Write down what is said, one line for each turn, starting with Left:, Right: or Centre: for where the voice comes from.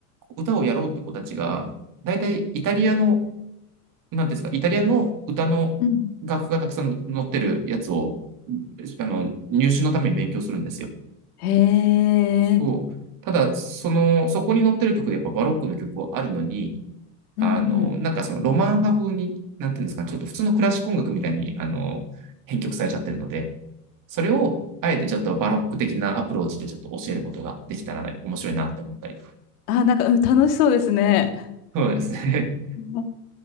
Right: 歌をやろうって子たちが、大体イタリアの、なんていうんですか、イタリアの歌の楽譜がたくさん載ってるやつを、
Left: うん。
Right: あの、入試のために勉強するんですよ。
Left: へえ。
Right: そう。ただ、その、そこに載ってる曲でやっぱバロックの曲はあるのに、
Left: うんうん。
Right: あの、なんかそのロマン派風に、なんていうんですか、ちょっと普通のクラシック音楽みたいに、あの、編曲されちゃってるので、それを、あえてちょっとバロック的なアプローチでちょっと教えることができたらね面白いなって思ったり。
Left: あ、なんか、うん、楽しそうですね。
Right: そうですね。
Left: うん